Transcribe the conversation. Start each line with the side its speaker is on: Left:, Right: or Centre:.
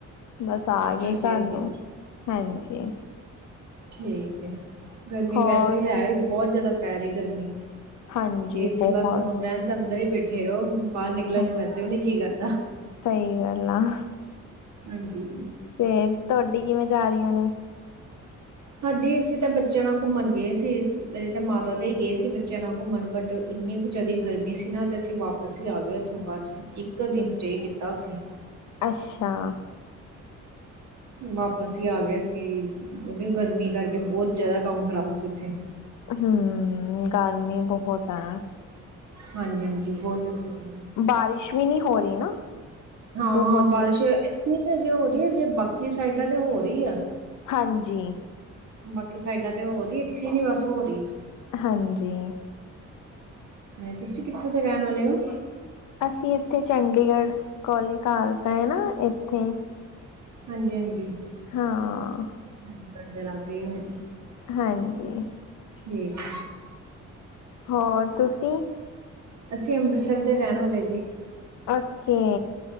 Left: ਬਸ ਆ ਗਏ
Right: ਹਾਂਜੀ,
Left: ਘਰ
Right: ਹਾਂਜੀ
Left: ਨੂੰ ਹਾਂਜੀ
Right: ਠੀਕ ਏ ਗਰਮੀ
Left: ਹੋਰ
Right: ਵੈਸੇ ਹੈ ਹੀ ਬਹੁਤ ਜ਼ਿਆਦਾ--ਪੈ ਰਹੀ ਗਰਮੀ।
Left: ਹਾਂਜੀ
Right: ਏਸੀ
Left: ਬਹੁਤ
Right: ਬੱਸ -ਆਉਣ ਰਹਿਣ ਤਾਂ ਅੰਦਰ ਹੀ ਬੈਠੇ ਥੇਰੋ। ਬਾਹਰ ਨਿਕਲਣ
Left: ਹਾਂ,
Right: ਨੂੰ ਵੈਸੇ ਵੀ ਨਹੀਂ ਜੀਅ ਕਰਨ <inaudible> ਦਾਹ।
Left: ਸਹੀ ਗੱਲ ਆਹ।
Right: ਹਾਂਜੀ।
Left: ਤੇ ਤੁਹਾਡੀ ਕਿਵੇਂ, ਜਾ ਰਹੀਆਂ ਨੇ।
Right: ਹਾਂ, ਦੀ, ਅਸੀ ਤਾਂ ਬੱਚਿਆ ਨਾਲ ਘੁੰਮਣ, ਗਏ ਸੀ ਅਜੇ ਤੇ ਮਾਤਾ ਤੇ ਗਏਸੀ, ਬੱਚਿਆਂ ਨਾਲ ਘੁੰਮਣ ਬਟ, ਏਨੀ ਕੁ ਜ਼ਿਆਦਾ ਗਰਮੀ ਸੀ, ਅਸੀਵਾਪਿਸ ਹੀ ਆ ਗਏ ਉਥੋਂ ਬਾਦ, ਇਕ ਦਿਨ ਹੀ ਸਟੇ ਕੀਤਾ ਓਥੇ।
Left: ਅੱ -ਛਾ
Right: ਵਾਪਿਸ ਹੀ ਆ ਗਿਆ ਸੀ ਕਿਉਕਿ- ਗਰਮੀਕਰਕੇ ਬਹੁਤ ਜਿਆਦਾ ਕੰਮ ਖਰਾਬ ਸੀ ਉੱਥੇ।
Left: ਹਮ ਗਰਮੀ ਬਹੁਤ ਆ
Right: ਹਾਂਜੀ ਹਾਂਜੀ ਬਹੁਤ। ਜ਼ਿਆਦਾ ਗਰਮੀ
Left: ਬਾਰਸ ਵੀ ਨਈ ਹੋ ਰਹੀ ਨਾ।
Right: ਹਾਂ,
Left: ਬਹੁਤ
Right: ਹਾਂ, ਬਾਰਸ਼
Left: ਦੇਰ
Right: ਜੇ ਹੋ ਰਹੀ ਹੈ ਅਜੇ, ।।ਬਾਕੀ ਸਾਈਡਾਂ ਤੇ ਹੋਰ ਹੀ ਆ।
Left: ਹਾਂਜੀ।
Right: ਬਾਕੀ ਸਾਈਡਾਂ, ਤੇ ਹੋਰ ਹਰੀ ਇੱਥੇ ਹੀ ਨਈ ਬਸ ਹੋਰ ਹੀ।
Left: ਹਾਂਜੀ।
Right: ਐ ਤੁਸੀਂ ਕਿੱਥੋਂ ਦੇ ਰਹਿਣ ਵਾਲੇ ਹੋ।
Left: ਅਸੀਂ ਇੱਥੇ ਚੰਡੀਗੜ੍ਹ, ਕੋਲੇ ਕਾਲਕਾ ਹੈ ਨਾ ਇੱਥੇ।
Right: ਹਾਂਜੀ--ਹਾਂਜੀ।
Left: ਹਾਂ
Right: ਚੰਡੀਗੜ੍ਹ ਦੇ ਲਾਗੇ ਹੀ
Left: ਹਾਂਜੀ।
Right: ਠੀਕ।
Left: ਹੋਰ ਤੁਸੀਂ
Right: ਅਸੀਂ ਅੰਮ੍ਰਿਤਸਰ ਦੇ ਰਹਿਣ ਵਾਲੇ ਜੀ।
Left: ਔਕੇ।